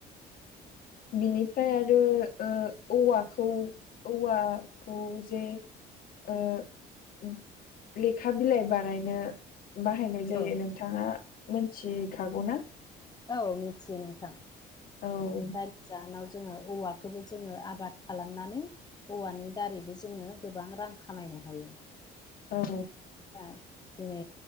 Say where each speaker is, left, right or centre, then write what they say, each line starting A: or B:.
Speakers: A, on the left (about 60°); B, on the left (about 25°).
A: बिनिफ्राय आरो ओ औवाखौ औवाखौ जे ओ लेखा बिलाइ बानायनो बाहायनाय जायो
B: औ
A: नोंथाङा मिथिखागौ ना
B: औ मिथियो नोंथां
A: औ
B: जायनि जाहोनाव जोङो औवाखौबो जोङो आबाद खालामनानै औवानि दारैबो जोङो गोबां रां खामायनो हायो
A: औ
B: दा दिनै